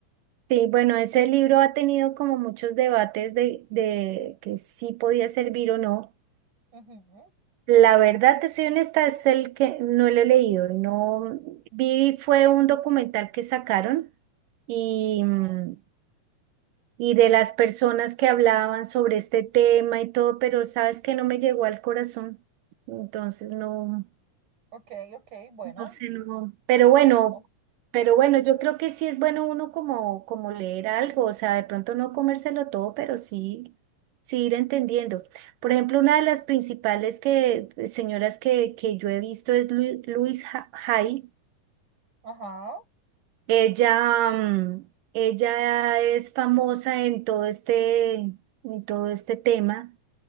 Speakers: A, on the right; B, on the right.
A: sí, bueno, ese libro ha tenido como muchos debates de, de que sí podía servir o no,
B: Ujú,
A: La verdad, te soy honesta, es el que no lo he leído. No vi, fue un documental que sacaron y, mm,
B: ujú.
A: y de las personas que hablaban sobre este tema y todo, pero sabes que no me llegó al corazón. Entonces no.
B: Ok, ok, bueno,
A: No sé, no. Pero bueno,
B: justo.
A: pero bueno, yo creo que sí es bueno uno como, como leer algo, o sea, de pronto no comérselo todo, pero sí, sí ir entendiendo. Por ejemplo, una de las principales que, señoras que, que yo he visto es Luis Hay.
B: Ajá.
A: Ella, mm, ella es famosa en todo este, en todo este tema.